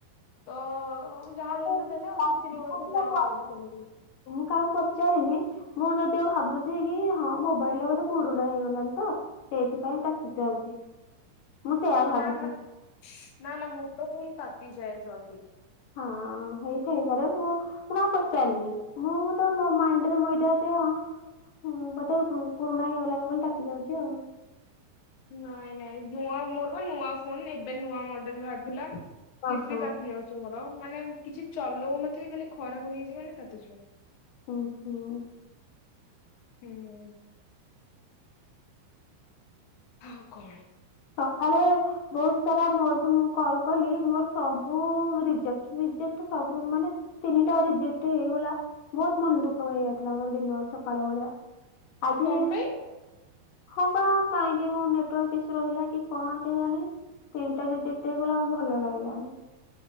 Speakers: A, on the left; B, on the left.
A: ତ ଯାହା ଦେଲେ
B: ମୁଁ
A: ଦେଲେ ଆଉ ଦୁଇ ତିନି ବର୍ଷ ଯାଉ ଆଉ ଗୋଟେ କିଣିବି।
B: କାହାକୁ ପଚାରିନି ମୁଁ ଯଦିଓ ଭାବୁଛି କି ହଁ ମୋବାଇଲ ଟା ବୋଧେ ପୁରୁଣା ହେଇଗଲାଣି ତ ସେଇଥିପାଇଁ ତାତି ଯାଉଛି। ମୁଁ ସେୟା ଭାବୁଛି
A: ନା ନା ନା ନା ମୋଟୋ ଫୋନ ତାତିଯାଏ ଜଲଦି।
B: ହଁ ହେଇଥାଇପାରେ ମୁଁ ମୁଁ କାହାକୁ ପଚାରିନି। ମୁଁ ତ ମୋ ମାଇଣ୍ଡରେ ମୁଁ ଏଇଟା ଯେ ହଁ ବୋଧେ ପୁରୁଣା ହେଇଗଲାଣିି ବୋଲି ତାତି ଯାଉଛି ଆଉ।
A: ନାଇଁ ନାଇଁ ନୂଆ ମୋର ବା ନୂଆ ଫୋନ୍ ଏବେ ନୂଆ ମଡେଲ ବାହାରି ଥିଲା ଫିର
B: ଓହୋ
A: ବି ତାତି ଯାଉଛି ମୋର। ଆଉ ମାନେ କିଛି ଚଲଉନଥିବେ ଖାଲି ଖରାକୁ ନେଇଯିବେ ମାନେ ତାତି ଯିବ।
B: ଓହୋ।
A: ହୁଁ ହୁଁ। ଆଉ କଣ?
B: ସକାଳେ ବହୁତ ସାରା ମୋର ବି ମୁଁ କଲ କଲି ମୋର ସବୁ ରିଜେକ୍ଟ୍ ରିଜେକ୍ଟ୍। ସବୁ ମାନେ ତିନିଟା ରିଜେକ୍ଟ୍ ହେଇଗଲା ବହୁତ ମନ ଦୁଃଖ ହେଇଯାଇଥିଲା ମୋର ଦିନ ସକାଳ ଭଳିଆ। ଆଜି
A: କଣ ପାଇଁ?
B: ହଁ ପା କାହିଁକି ମୋ ନେଟୱର୍କ କି ରହିଲା କି କଣ କେଜାଣି ତିନିଟା ରିଜେକ୍ଟ ହେଇଗଲା ମୋତେ ଭଲ ଲାଗିଲାନି।